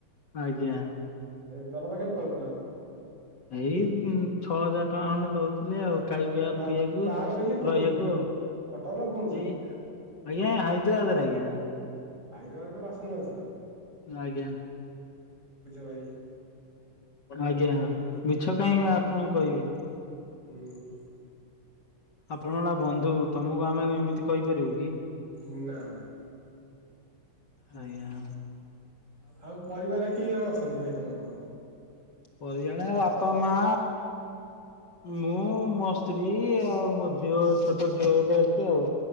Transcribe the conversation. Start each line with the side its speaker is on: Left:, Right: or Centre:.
Left: ଆଜ୍ଞା।
Right: ଏ ଦରମା କେତେ ପାଉଥିଲ?
Left: ଏଇ ଉଁ ଛଅ ହଜାର ଟଙ୍କା ଖଣ୍ଡେ ଦଉଥିଲେ ଆଉ ଖାଇବାଆ
Right: ବା
Left: ପିୟାକୁ
Right: ବାହାରେ ବେଲି କୋଉଠି
Left: ରହିବାକୁ ଆଉ।
Right: କଟକ ନା ଭୂନ୍
Left: ଏଇ ଆଜ୍ଞା ହାଇଦ୍ରାବାଦରେ ଆଜ୍ଞା।
Right: ହାଇଦ୍ରାବାଦରେ ବାସନ ମାଯୁଥିଲ?
Left: ଆଜ୍ଞା
Right: ଭାଇ
Left: ଆଜ୍ଞା। ମିଛ କାଇ ଆପଣଙ୍କୁ କହିବି।
Right: ଉଁ।
Left: ଆପଣ ଅଣା ବନ୍ଧୁ ତମକୁ ଆମେ ଏମିତି କହିପାରିବୁ କି?
Right: ନା।
Left: ଆଜ୍ଞା।
Right: ଆଉ ପରିବାର କେଇ ଜଣ ଅଛନ୍ତି ଭାଇ ତମର?
Left: ପରିଆଡା ବାପା, ମା ମୁଁ ମୋ ସ୍ତ୍ରୀ ଆଉ ମୋ ଝିଅ ଛୋଟ ଝିଅ ଗୋଟେ ଅଛି ଆଉ।